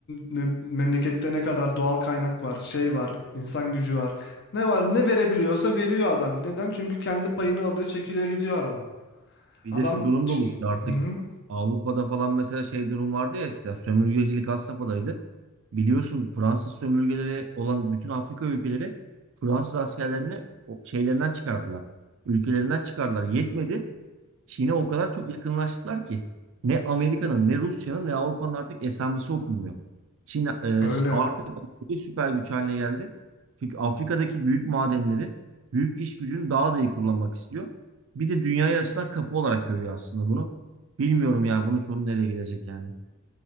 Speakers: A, on the left; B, on the right.
A: ne- memlekette ne kadar doğal kaynak var, şey var, insan gücü var. Ne var ne verebiliyorsa veriyor adam. Neden? Çünkü kendi payını alıyor, çekiliyor gidiyor aradan.
B: Bir
A: Adam
B: de şu durum
A: için...
B: da oluştu artık.
A: Hı hı.
B: Avrupa'da falan mesela şey durum vardı ya eskiden sömürgecilik had safhadaydı. Biliyorsun Fransız sömürgeleri olan bütün Afrika ülkeleri Fransız askerlerini o- şeylerinden çıkardılar. Ülkelerinden çıkardılar. Yetmedi. Çin'e o kadar çok yakınlaştılar ki ne Amerika'nın ne Rusya'nın ne Avrupa'nın artık esamesi okunmuyor. Çin e,
A: Öyle.
B: ş- artık bir süper güç haline geldi. Çünkü Afrika'daki büyük madenleri, büyük iş gücünü daha da iyi kullanmak istiyor. Bir de dünyaya açılan kapı olarak görüyor aslında bunu. Bilmiyorum ya bunun sonu nereye gidecek yani.